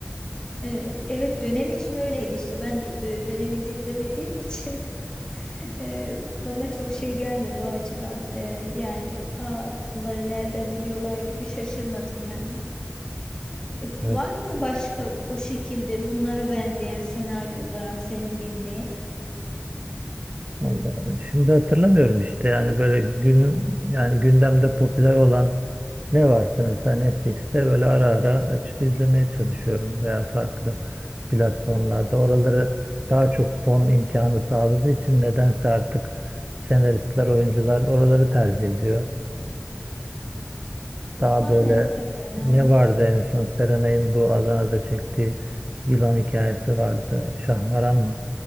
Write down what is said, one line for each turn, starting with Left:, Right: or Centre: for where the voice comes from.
Left: e, Evet dönem için öyleydi işte ben d- e, döneminde izlemediğim için <laughs> e, bana çok şey gelmedi o açıdan E, yani aa bunları nereden biliyorlar gibi şaşırmadım yani. E,
Right: Evet.
Left: var mı başka o şekilde bunlara benzeyen senaryo olarak senin bildiğin?
Right: Vallahi şimdi hatırlamıyorum işte yani böyle günün yani gündemde popüler olan ne varsa mesela Netflix'te böyle ara ara açıp izlemeye çalışıyorum veya farklı platformlarda oraları daha çok fon imkanı sağladığı için nedense artık senaristler, oyuncular oraları tercih ediyor. Daha
Left: Aynen
Right: böyle
Left: öyle. ya.
Right: ne vardı en son Serenay'ın bu Adana'da çektiği yılan hikayesi vardı. Şahmaran mı?